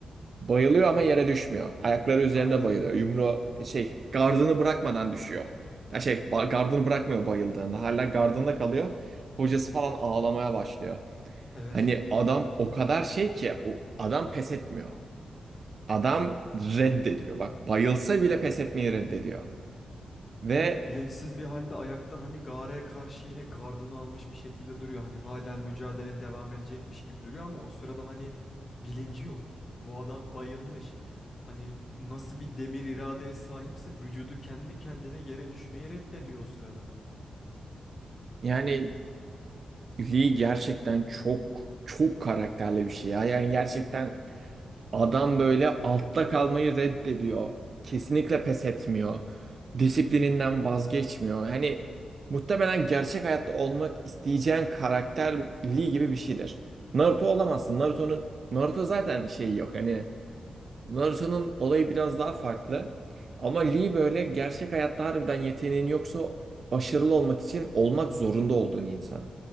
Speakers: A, on the right (about 40°); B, on the left (about 30°).
A: Bayılıyor ama yere düşmüyor. Ayakları üzerinde
B: Aynen.
A: bayılıyor. Yumru şey gardını bırakmadan düşüyor. Ya şey ba- gardını bırakmıyor bayıldığında. Hala gardında kalıyor. Hocası falan ağlamaya başlıyor.
B: Evet.
A: Hani adam o kadar şey ki o adam pes etmiyor. Adam reddediyor. Bak bayılsa bile pes etmeyi reddediyor. Ve
B: Evet bilinçsiz bir halde ayakta hani Gare'ye karşı yine gardını almış bir şekilde duruyor. Hani hala mücadele devam edecekmiş gibi duruyor ama o sırada hani bilinci yok. Bu adam bayılmış. Hani nasıl bir demir iradeye sahipse vücudu kendi kendine yere düşmeyi reddediyor o sırada.
A: yani Lee gerçekten çok çok karakterli bir şey ya. Yani gerçekten Adam böyle altta kalmayı reddediyor. Kesinlikle pes etmiyor. Disiplininden vazgeçmiyor. Hani muhtemelen gerçek hayatta olmak isteyeceğin karakterliği gibi bir şeydir. Naruto olamazsın. Naruto'nun Naruto zaten şeyi yok. Hani Naruto'nun olayı biraz daha farklı. Ama Lee böyle gerçek hayatta harbiden yeteneğin yoksa başarılı olmak için olmak zorunda olduğun insan.